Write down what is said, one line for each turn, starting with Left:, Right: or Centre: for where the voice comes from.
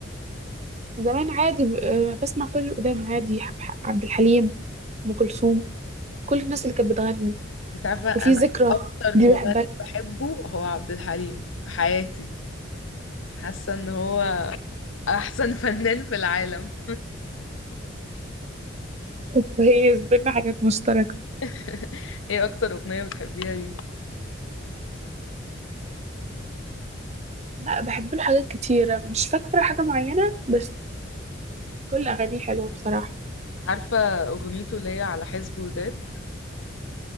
Right: زمان عادي آه بسمع كل القدام عادي حب- ح- عبد الحليم أم كلثوم كل الناس اللي كانت بتغني
Left: انت عارفه انا
Right: وفي ذكرى
Left: اكتر
Right: دي
Left: مغني
Right: بحبها
Left: بحبه هو عبد الحليم في حياتي حاسه ان هو احسن <laughs> فنان في العالم
Right: <laughs> كويس بينا حاجات مشتركة
Left: <laughs> ايه اكتر اغنيه بتحبيها ليه
Right: لا بحب له حاجات كتيرة مش فاكرة حاجة معينة بس كل أغانيه حلوة بصراحة
Left: عارفه اغنيته اللي هي على حزب وداد